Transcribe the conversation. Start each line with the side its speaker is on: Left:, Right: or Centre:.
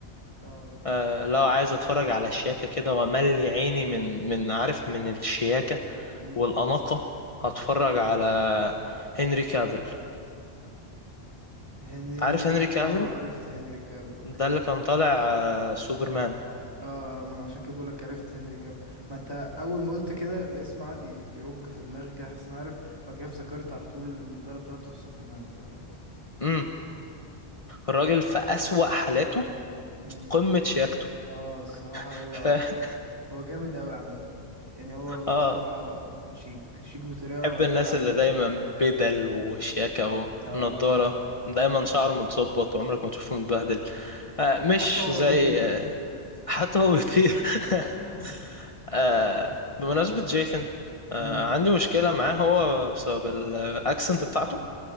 Right: اه
Left: آه،
Right: اه
Left: لو عايز اتفرج
Right: تشينو
Left: على الشياكة كده وملي عيني من من عارف من الشياكة
Right: مم.
Left: والأناقة هتفرج على هنري كافيل
Right: هنري
Left: عارف هنري كافيل
Right: اه عرفت هنري كابل اوكي
Left: ده اللي كان طالع آه، سوبرمان
Right: اه ما انا عشان كده بقولك عرفت هنري كابل ما انت اول ما قلت كده الاسم قعد يرج في دماغي كده حاسس اني عارف بعد كده افتكرت على طول النضاره بتاعته في سوبرمان فكمل
Left: امم الراجل في أسوأ حالاته
Right: مم.
Left: قمة شياكته
Right: اه الصراحه هو
Left: <laughs>
Right: هو جامد اوي عامه يعني هو هو
Left: اه
Right: الصراحه شيك شيك بطريقه
Left: بحب الناس
Right: فوق العاديه
Left: اللي دايما بدل وشياكة
Right: اه
Left: ونضارة دايما شعره متظبط وعمرك ما تشوفه متبهدل آه مش
Right: حتى هو
Left: زي
Right: بيطير
Left: آه <laughs> حتى هو بيطير
Right: <laughs>
Left: <laughs> آه بمناسبة جيثن آه
Right: مم.
Left: عندي مشكلة معاه هو بسبب الأكسنت بتاعته